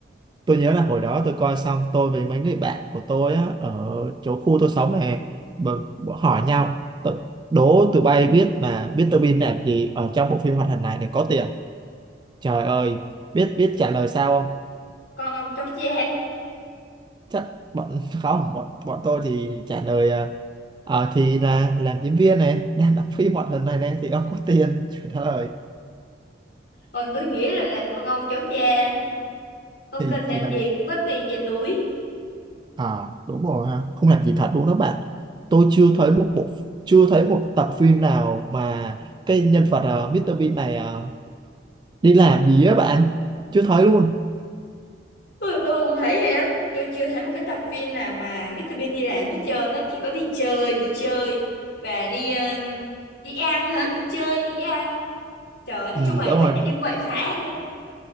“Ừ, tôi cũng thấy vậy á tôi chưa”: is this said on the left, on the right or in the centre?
Left